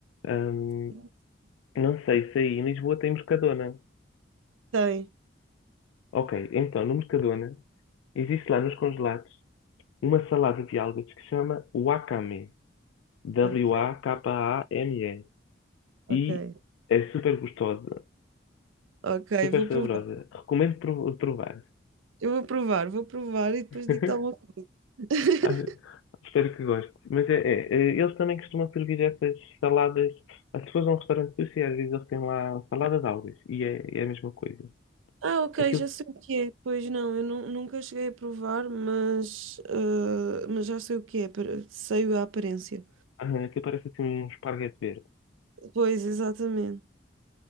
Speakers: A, on the left; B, on the right.
A: Hum,
B: <laughs>
A: não sei se aí em Lisboa tem Mercadona.
B: Tem.
A: Ok, então no Mercadona existe lá nos congelados uma salada de algas que se chama wakame. W-A-K-A-M-E.
B: Ok, ok.
A: e é super gostosa,
B: Ok,
A: super
B: vou
A: saborosa.
B: provar.
A: Recomendo pro- provar.
B: Eu vou provar, vou provar e depois
A: <laughs>
B: digo-te alguma coisa. <laughs>
A: Acho- Espero que goste. Mas é, é- é, eles também costumam servir essas saladas. As pessoas vão a um restaurante sushi, às vezes eles têm lá salada de algas e é, é a mesma coisa.
B: Ah, ok,
A: Aquilo,
B: já sei o que é. Pois não, eu nu- nunca cheguei a provar, mas, ah, mas já sei o que é. pera- Sei a aparência.
A: ah, aquilo parece assim um esparguete verde.
B: Pois, exatamente.